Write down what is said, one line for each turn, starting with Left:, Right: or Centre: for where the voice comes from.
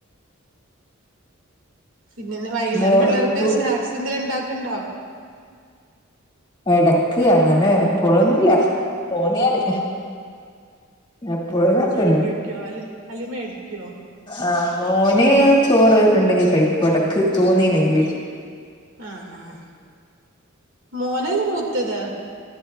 Right: പിന്നെ വൈകുന്നേരം
Left: മോ
Right: പിള്ളേർക്ക്
Left: തു
Right: സ്നാക്സ് എന്തങ്കലും ഉണ്ടാക്കണ്ടോ
Left: എടക്ക് അങ്ങനെ എപ്പോഴൊന്നുമില്ല പോന്നിയല്
Right: ആഹ്
Left: എപ്പോഴും <unintelligible>
Right: അ അല് മേടിക്കോ
Left: ആ മോന ചോറ് ഉണ്ടെങ്കി കഴിക്കും ഇടക്ക് തോന്നീന്നെങ്കില്
Right: ആഹ് മോനല്ലേ മൂത്തേത്